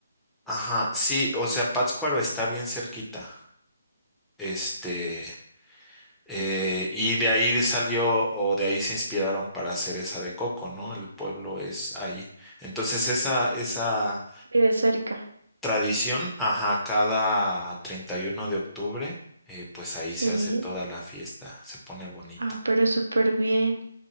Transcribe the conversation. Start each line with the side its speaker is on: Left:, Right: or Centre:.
Centre: Ajá, sí, o sea, Pátzcuaro está bien cerquita. Este, eh, y de ahí salió o de ahí se inspiraron para hacer esa de Coco, ¿no? El pueblo es ahí. Entonces, esa, esa.
Right: vive cerca.
Centre: Tradición, ajá, cada 31 de octubre, eh, pues ahí se
Right: Sí,
Centre: hace toda la fiesta, se pone bonito.
Right: ah, pero súper bien.